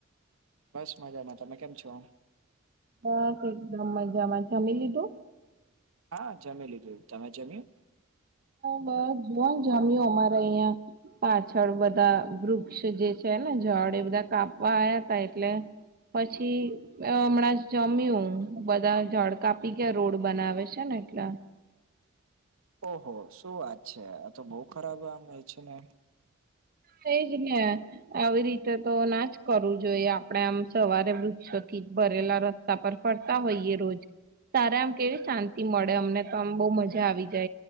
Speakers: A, on the right; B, on the right.
A: બસ મજામાં તમે કેમ છો
B: બસ એકદમ મજામાં જમી લીધું
A: હા જમી લીધું તમે જમ્યું
B: બસ જોન જામ્યું અમારે અહિયાં પાછળ બધા વૃક્ષ જે છે ને ઝાડ એ બધા કાપવા આવયા તા એટલે પછી હમણાં જમ્યું બધા ઝાડ કાપી ગયા રોડ બનાવે છે ને એટલા
A: ઓહો શું વાત છે આ તો બહુ ખરાબ આમ છે ને
B: તેજ ને આવી રીતે તો ના જ કરવું જોઈએ આપણેે આમ સવારે વૃક્ષોથી ભરેલા રસ્તા તા પર ફરતા હોઈએ રોજ તારા આમ કેવી શાંતિ મળે અમને તો આમ બહ મજા આવી ગય